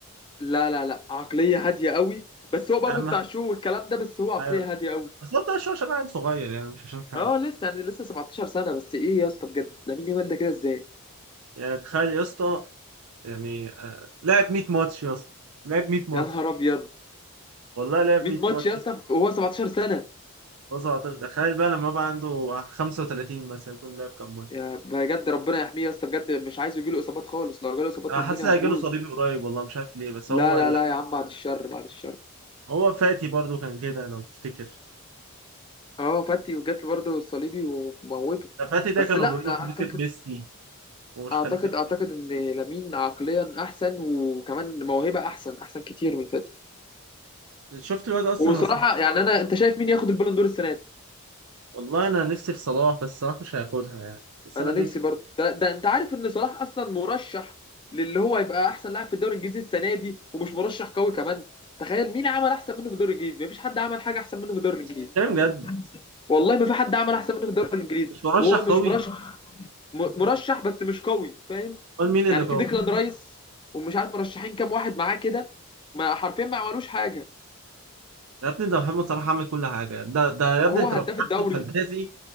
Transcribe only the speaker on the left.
لا لا لا عقليه هاديه قوي بس هو برضو
بتاع شو والكلام ده بس هو عقليه
هاديه قوي
اه لسه يعني لسه 17 سنه بس ايه يا اسطى بجد لامين يامال ده كده ازاي
يا نهار ابيض
100
ماتش
يا اسطى وهو 17 سنه
يا بجد ربنا يحميه يا اسطى بجد مش عايز يجيله اصابات خالص لو جاله اصابات
الدنيا
هتبوظ
لا
لا
لا يا عم بعد الشر بعد الشر
اه فاتي وجات برضه الصليبي وموته
بس
لا
اعتقد
اعتقد
اعتقد ان لامين عقليا احسن وكمان موهبه احسن احسن كتير من فاتي
وصراحه
يعني انا انت شايف مين ياخد البالون دور السنه دي
انا
نفسي
برضه ده, ده انت عارف ان صلاح اصلا مرشح للي هو يبقى احسن لاعب في الدوري الانجليزي السنه دي ومش مرشح قوي كمان تخيل مين عمل احسن منه في الدوري الانجليزي مفيش حد عمل حاجه احسن منه في الدوري الانجليزي
والله ما في حد عمل احسن منه في الدوري الانجليزي
وهو مش
مرشح م- مرشح بس مش قوي فاهم
يعني
في ديكلان رايس ومش عارف مرشحين كام واحد معاه كده ما حرفيا ما عملوش حاجه
وهو
هداف
الدوري